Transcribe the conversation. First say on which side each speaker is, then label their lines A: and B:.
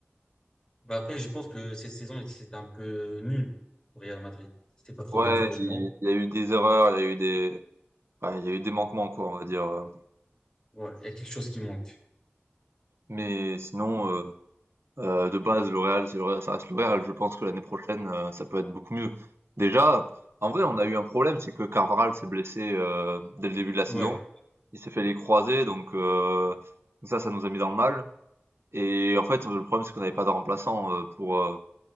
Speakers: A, on the left; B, on the right.
A: Bah après, je pense que cette saison, il- c'était un peu nul au Real Madrid. C'était pas trop
B: Ouais,
A: bien, franchement.
B: il il y a eu des erreurs, il y a eu des, ouais, il y a eu des manquements, quoi, on va dire. euh.
A: Ouais, il y a quelque chose qui manque.
B: Mais sinon, euh, euh, de base, le Real, c'est le Real, ça reste le Real. Je pense que l'année prochaine, euh, ça peut être beaucoup mieux. Déjà, en vrai, on a eu un problème, c'est que Carvajal s'est blessé euh, dès le début de la saison.
A: Ouais,
B: Il s'est fait les croisés, donc euh, ça, ça nous a mis dans le mal. Et en fait, le problème, c'est qu'on n'avait pas de remplaçant euh, pour euh,